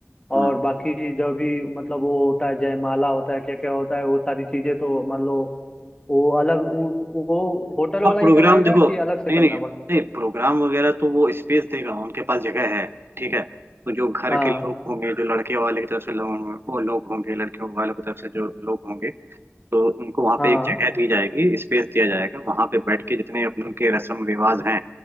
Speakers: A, on the left; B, on the right.
A: और
B: हाँ
A: बाकी जो भी मतलब वो होता है जयमाला होता है क्या क्या होता है वो सारी चीजें तो मान लो वो अलग वो, वो होटल वाला
B: हाँ प्रोग्राम
A: ही कराएगा
B: देखो
A: कि अलग से
B: नहीं
A: करना
B: नहीं
A: पड़
B: नहीं प्रोग्राम वगैरह तो वो स्पेस देगा उनके पास जगह है ठीक है तो जो घर
A: हाँ
B: के लोग होंगे जो लड़के वाले की तरफ से लोग वो लोग होंगे लड़कियों वालों की तरफ से जो लोग होंगे तो उनको वहाँ
A: हाँ
B: पे एक जगह दी जाएगी स्पेस दिया जाएगा वहाँ पे बैठ के जितने अपन के रस्म रिवाज हैं